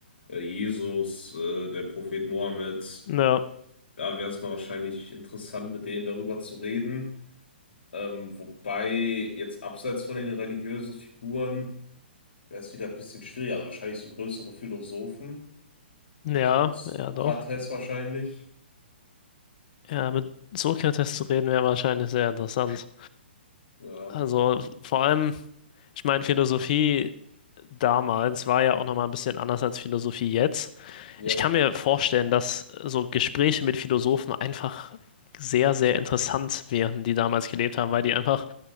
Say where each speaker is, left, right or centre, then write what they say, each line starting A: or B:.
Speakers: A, on the left (about 70°); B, on the left (about 45°).
A: äh, Jesus, äh, der Prophet Mohammed,
B: ja,
A: da wäre es mal wahrscheinlich interessant, mit denen darüber zu reden. Ähm, wobei jetzt abseits von den religiösen Figuren wäre es wieder ein bisschen schwieriger, also wahrscheinlich so größere Philosophen,
B: ja,
A: so ein Sokrates
B: ja, doch.
A: wahrscheinlich.
B: Ja, mit Sokrates zu reden wäre wahrscheinlich sehr interessant.
A: Ja,
B: Also, vor allem, ich meine, Philosophie damals war ja auch nochmal ein bisschen anders als Philosophie jetzt.
A: Ja,
B: Ich kann mir vorstellen, dass so Gespräche mit Philosophen einfach sehr, sehr interessant wären, die damals gelebt haben, weil die einfach,